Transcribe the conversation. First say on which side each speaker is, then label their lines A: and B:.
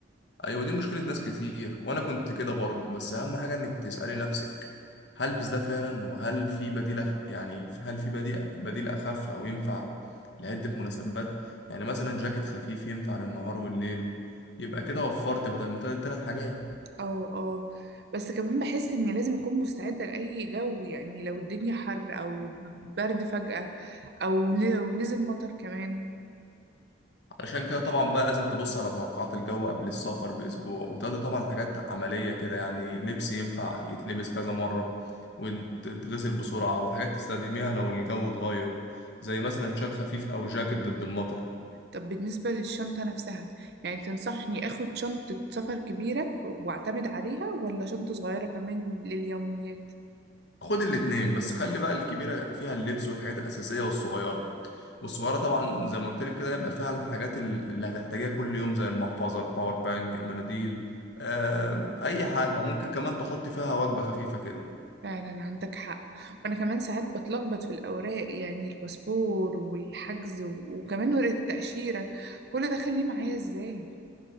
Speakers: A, on the left; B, on the right.
A: ايوه دي مشكله ناس كتير وانا كنت كده برضه بس اهم حاجه انك تسالي نفسك هل بس ده فعلا وهل في بديل أخ- يعني هل في بديل بديل اخف او ينفع لعده مناسبات يعني مثلا جاكيت خفيف ينفع للنهار والليل يبقى كده وفرت بدل ما تلات تلات حاجات
B: اه اه بس كمان بحس إني لازم أكون مستعدة لأي جو يعني لو الدنيا حر أو برد فجأة أو لو نزل مطر كمان
A: عشان كده طبعا بقى لازم تبص على توقعات الجو قبل السفر بأسبوع وتقضي طبعا حاجات عملية كده يعني لبس ينفع يتلبس كذا مرة وتتغسل بسرعة وحاجات تستخدميها لو الجو اتغير زي مثلا شال خفيف أو جاكيت ضد المطر
B: طب بالنسبة للشنطة نفسها يعني تنصحني أخد شنطة سفر كبيرة وأعتمد عليها ولا شنطة صغيرة كمان لليوميات؟
A: خد الاتنين بس خلي بقى الكبيرة فيها اللبس والحاجات الأساسية والصغيرة والصغيرة طبعا زي ما قلت لك كده يبقى فيها الحاجات ال- اللي هتحتاجيها كل يوم زي المحفظة الباور بانك المناديل آه، أي حاجة ممكن كمان تحطي فيها وجبة خفيفة كده
B: فعلا عندك حق وأنا كمان ساعات بتلخبط في الأوراق يعني الباسبور والحجز و- وكمان ورقة التأشيرة كل ده خليه معايا إزاي؟